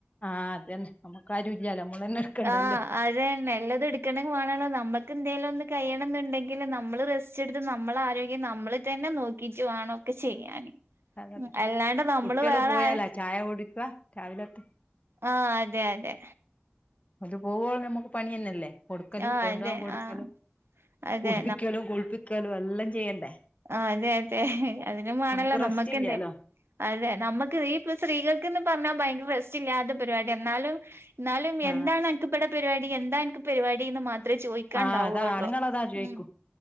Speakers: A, on the left; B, on the right.
A: ആഹ് അതന്നെ നമ്മുക്കാരും ഇല്ലാ നമ്മള് തന്നെ എടുക്കണ്ടല്ലോ
B: ആഹ് അതന്നെ എല്ലാതും <unintelligible> നമ്മുക്ക് എന്തെങ്കിലും ഒന്ന് കഴിയണോന്നുണ്ടെങ്കി നമ്മള് റെ ച്ചെടുത്ത് നമ്മള ആരോഗ്യം നമ്മള് തന്നെ നോക്കീട്ടു വേണം ഒക്കെ ചെയ്യാന്
A: അതെ
B: ഉം അല്ലാണ്ട് നമ്മള്
A: കുട്ട്യോള്
B: വേറെ
A: പോയാലാ
B: ആരെ
A: ചായ കുടിക്കുവാ രാവിലത്ത്
B: ആഹ് അതെ അതെ
A: അത് പോവോളും നമുക്ക് പണി തന്നെയല്ലേ കൊടുക്കലും
B: ആഹ്
A: കൊണ്ടുപോകാൻ
B: അതെ
A: കൊടുക്കലും
B: ആഹ് അതെ
A: കുടിപ്പിക്കലും കുളിപ്പിക്കലും എല്ലാം ചെയ്യണ്ടേ
B: ആ അതെ അതെ അതിനും വേണല്ലോ
A: നമുക്ക് റെസ്റ്റ്
B: നമ്മക്ക്
A: ഇല്ലാലോ
B: എന്തായും അതെ നമുക്ക് <unintelligible> സ്ത്രീകൾക്കെന്ന് പറഞ്ഞാ ഭയങ്കര റെസ്റ്റ് ഇല്ലാത്ത പരിപാടി എന്നാലും ഇന്നാലും
A: ആഹ്
B: എന്താണ്
A: അതെ
B: അനക്കിവിടെ പരിപാടി എന്താ അനക്ക് പരിപാടി എന്ന് മാ അത്ര ചോദിക്കാണ്ടാവുള്ളോ
A: ആഹ് അതാ ആണുങ്ങളതാ ചോയിക്കും
B: ഉം